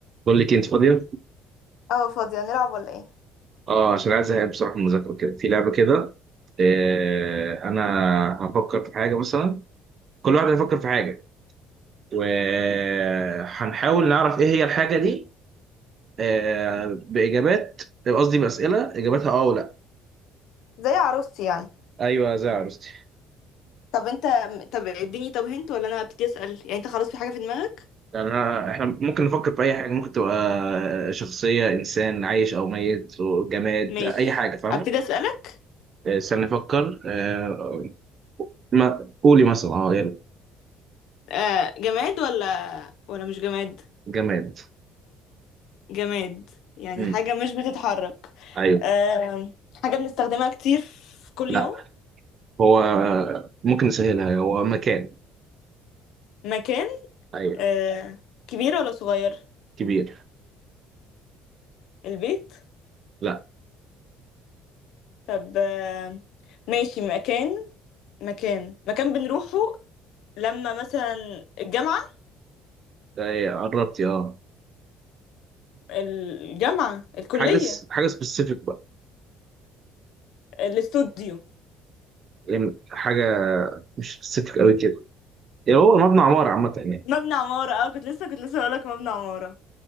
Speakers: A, on the right (about 40°); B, on the left (about 75°).
A: بقول لك انت فاضيه
B: اه فاضية نلعب ولا ايه
A: اه عشان عايز ازهق بصراحه من المذاكره كده في لعبه كده آه انا هفكر في حاجه مثلا كل واحد هيفكر في حاجه وهنحاول نعرف ايه هي الحاجه دي آه باجابات قصدي باسئله اجابتها اه ولا
B: زي عروستي يعني
A: ايوه زي عروستي
B: طب انت طب اديني طب هنت ولا انا ابتدي اسأل يعني انت خلاص في حاجة في دماغك
A: يعني أنا احنا ممكن نفكر في اي حاجه ممكن تبقى شخصيه انسان عايش او ميت جماد
B: ماشي
A: اي حاجه فاهمه
B: ابتدي اسألك
A: آه، استنى نفكر آه ما قولي مثلا اه يلا
B: آه جماد ولا ولا مش جماد
A: جماد
B: جماد يعني
A: مم.
B: حاجة مش بتتحرك
A: ايوه
B: آه حاجة بنستخدمها كتير في كل
A: لا
B: يوم
A: هو ممكن نسهلها هو مكان
B: مكان
A: ايوه
B: آه كبير ولا صغير
A: كبير
B: البيت
A: لا
B: طب آه ماشي مكان مكان مكان بنروحه لما مثلا الجامعة
A: إيه، قربتي اه
B: الجامعة الكلية
A: حاجه س- حاجه سبيسيفيك بقى
B: الاستوديو
A: يعني حاجه مش سبيسيفيك قوي كده يعني هو مبنى عماره عامه يعني
B: مبنى عمارة اه كنت لسه كنت لسه هقولك مبنى عمارة